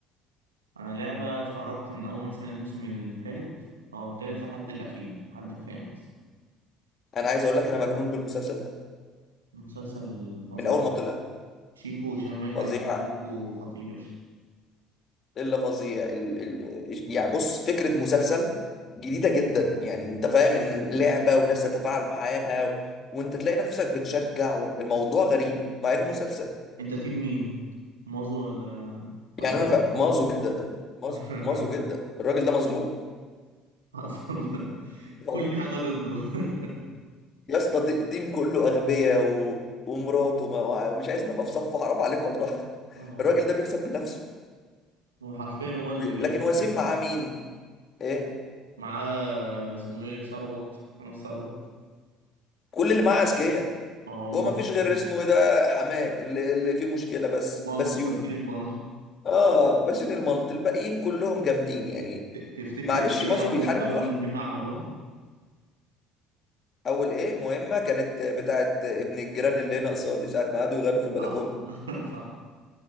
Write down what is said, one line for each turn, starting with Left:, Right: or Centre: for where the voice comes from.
Right: أنا لعبة اتفرجت من أول مثلا الموسم التالت أو التالت لحد الأخير لحد الخامس
Left: انا عايز اقول لك انا مجنون بالمسلسل ده
Right: مسلسل فظيع
Left: من اول ما طلع
Right: شيكو وهشام ماجد
Left: فظيع
Right: عاملين دوتو خطير
Left: الا فظيع ال... ال... يعني بص فكرة مسلسل جديدة جدا يعني انت فاهم ان لعبة وناس تتفاعل معاها و... وانت تلاقي نفسك بتشجع الموضوع غريب مع انه مسلسل
Right: انت تيم مين مازو ولا ولا
Left: يعني
Right: ويل؟
Left: انا بقى مازو جدا مازو
Right: <laughs>
Left: مازو جدا الراجل ده مظلوم
Right: اصلا
Left: والله
Right: كل حاجه ضده <laughs>
Left: يا اسطى ت- التيم كله اغبياء و... ومراته ما... مش عايز نبقى في صفه حرام عليك والله <laughs>
Right: اه والله
Left: الراجل ده بيكسب بنفسه
Right: هو حرفيا هو اللي
Left: بي...
Right: بيعمل
Left: لكن
Right: كل
Left: وسيم
Right: حاجة.
Left: معاه مين ايه
Right: معاه اسمه ايه ثروت محمد ثروت
Left: كل اللي معاه اذكياء
Right: اه
Left: هو
Right: مراته
Left: ما فيش غير
Right: كمان.
Left: اسمه ايه ده حماه اللي, اللي فيه مشكله بس
Right: مال
Left: بس يوني
Right: بس البنك
Left: اه بس يوني الملط الباقيين كلهم جامدين يعني
Right: تفتكر
Left: معلش
Right: ايه
Left: مازو
Right: اول
Left: بيحارب
Right: اول
Left: لوحده
Right: مهمه عملوها
Left: اول ايه مهمه كانت بتاعت ابن الجيران اللي هنا قصادي ساعه ما قعدوا يغنوا في البلكونه
Right: صح <laughs> صح